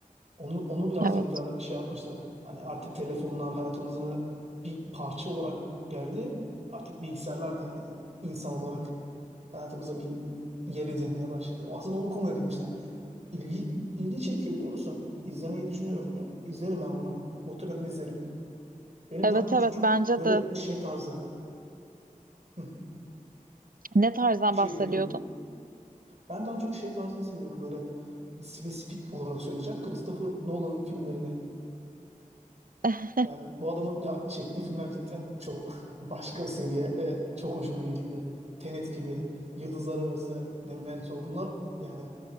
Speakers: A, on the right; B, on the right.
A: Onu onu birazcık
B: evet.
A: da şey yapmışlar. Hani artık telefonlar hayatımıza bir parça olarak geldi. Artık bilgisayarlar da hani insan olarak hayatımıza bir yer edinmeye başladı. O aslında onu konu edinmişler. İlgi ilgi çekiyor biliyor musun? İzlemeyi düşünüyorum biliyor musun? İzlerim ben bunu. Muhtemelen izlerim. Benim
B: Evet,
A: daha
B: evet
A: çok
B: bence
A: böyle
B: de.
A: şey tarzı. Hı,
B: Ne tarzdan
A: bir şey
B: bahsediyordun?
A: diyordun. Ben daha çok şey tarzını seviyorum böyle bir spesifik olarak söyleyeceğim. Christopher Nolan'ın filmlerini.
B: <laughs>
A: Yani bu adamın ya, çektiği filmler cidden çok başka bir seviye ve çok hoşuma gidiyor. Tenet gibi, Yıldızlar Arası, Memento bunlar yani